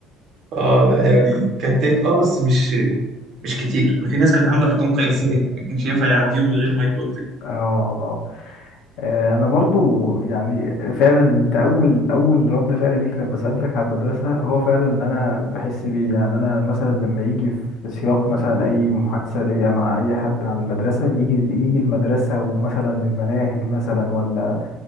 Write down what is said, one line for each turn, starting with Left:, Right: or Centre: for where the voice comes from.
Right: اه لا
Left: بيكوت.
Right: يعني كتات اه بس مش مش كتير انا في ناس كانت عاملة ارقام قياسية يعني ما كانش ينفع يعدي
Left: اه
Right: يوم من غير ما يكوتك
Left: اه اه آه، انا برضو يعني فعلا انت اول اول رد فعل ليك لما سالتك على المدرسه هو فعلا اللي انا بحس بيه يعني انا مثلا لما يجي في سياق مثلا اي محادثه ليا مع اي حد عن المدرسه يجي يجي المدرسه ومثلا المناهج مثلا ولا